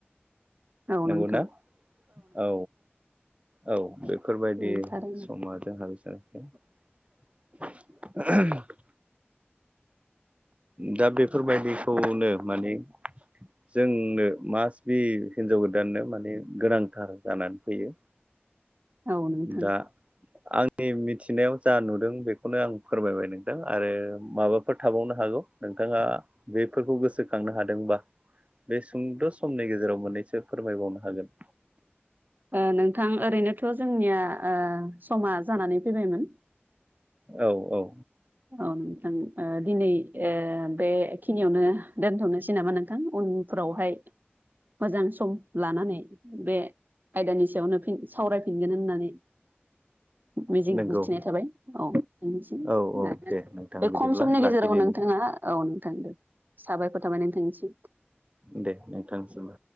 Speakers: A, on the right; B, on the right.
A: नोंथां
B: नंगौ ना औ। औ बेफोरबायदि
A: औ थारैनो
B: समा जोंहाबो जानो <unintelligible> दा बेफोरबायदिखौनो माने जोंनो मास बि हिनजाव गोदाननो माने गोनांथार जानानै फैयो।
A: औ नोंथां
B: दा आंनि मिथिनायाव जा नुदों बेखौनो आं फोरमायबाय नोंदों आरो माबाफोर थाबावनो हागौ नोंथाङा बेफोरखौ गोसोखांनो हादोंबा बे सुंद' समनि गेजेराव मोननैसो फोरमायबावनो हागोन।
A: ओ नोंथां ओरैनोथ' जोंनिया ओ समा जानानै फैबायमोन।
B: औ औ।
A: ओम ओं ओ दिनै ओ बेखिनियावनो दोनथ'नोसै नामा नोंथां उनफ्रावहाय मोजां सम लानानै बे आयदानि सायावनो फिन सावरायफिनगोन होननानै मिजिं
B: नंगौ
A: थिनाय थाबाय औ नोंथांनिसिम।
B: औ औ
A: बे
B: दे नोंथां बिदिब्ला
A: खम समनि गेजेराव
B: लाखिदिनि
A: नोंथाङा औ नोंथां दे साबायखर थाबाय नोंथांनिसिम।
B: दे नोंथांसि बो